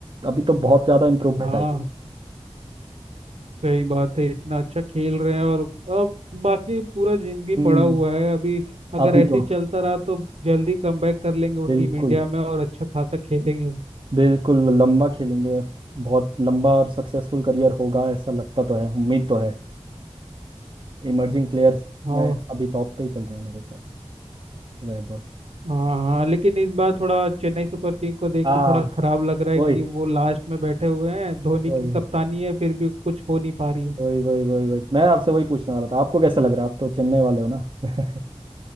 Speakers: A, on the right; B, on the right.
A: अभी तो बहुत ज़्यादा इम्प्रूवमेंट
B: हाँ
A: आई है
B: सही बात है इतना अच्छा खेल रहे हैं और अब बाकी पूरा जिंदगी
A: हम्म
B: पड़ा हुआ है अभी अगर
A: अभी
B: ऐसे
A: तो
B: ही चलता रहा तो जल्दी कमबैक कर लेंगे वो
A: बिल्कुल
B: टीम इंडिया में और अच्छा खासा खेलेंगे वो।
A: बिल्कुल लंबा खेलेंगे बहुत लंबा और सक्सेसफुल करियर होगा ऐसा लगता तो है उम्मीद तो है इमर्जिंग प्लेयर्स
B: और
A: में अभी टॉप पे ही चल रहे हैं मेरे हिसाब से वैभव
B: हाँ हाँ लेकिन इस बार थोड़ा चेन्नई सुपर किंग को देख
A: हाँ
B: के थोड़ा खराब लग रहा है
A: वही
B: कि वो लास्ट में बैठे हुए हैं धोनी
A: वही
B: की कप्तानी है फिर भी कुछ हो नहीं पा रही है
A: वही वही वही वही मैं आपसे वही पूछने वाला था आपको कैसा लग रहा है आप तो चेन्नई वाले हो ना <laughs>